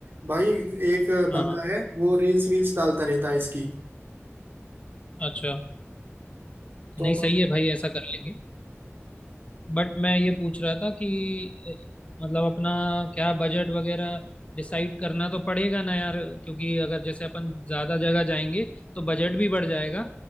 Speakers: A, on the right; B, on the left.
A: भाई एक
B: हाँ
A: बंदा
B: हाँ,
A: है वो रील्स वील्स डालता रहता है इसकी
B: अच्छा
A: तो
B: नहीं सही है भाई ऐसा कर लेंगे बट मैं ये पूछ रहा था कि अ, मतलब अपना क्या बजट वगैरह डिसाइड करना तो पड़ेगा ना यार क्योंकि अगर जैसे अपन ज़्यादा जगह जाएंगे तो बजट भी बढ़ जाएगा